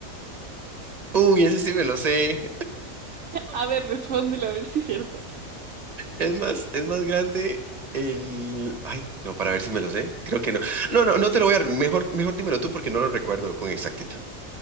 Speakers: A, on the right; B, on the right.
A: Uy, ese sí me lo sé.
B: A ver, respóndelo, a ver si es cierto.
A: Es más, es más grande el. Ay, no, para ver si me lo sé. Creo que no. No, no, no te lo voy a. Mejor, mejor dímelo tú porque no lo recuerdo con exactitud.